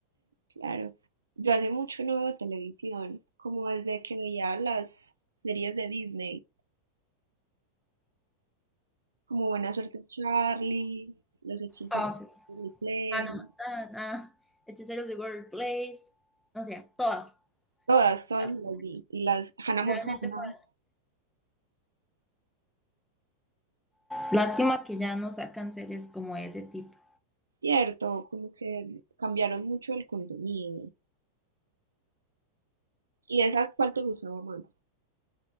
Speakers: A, on the right; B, in the centre.
A: Claro. Yo hace mucho no veo televisión, como desde que veía las series de Disney, como Buena Suerte Charlie, Los Hechiceros
B: Ah, sí.
A: de Waverly Place,
B: Hannah Montana, Hechiceros de World Place, no sea todas.
A: todas, todas
B: Era-
A: me las vi, y las Hannah
B: Realmente
A: Montana.
B: fue. Lástima que ya no sacan series como ese tipo.
A: Cierto, como que cambiaron mucho el contenido. ¿Y de esas cuál te gustaba más?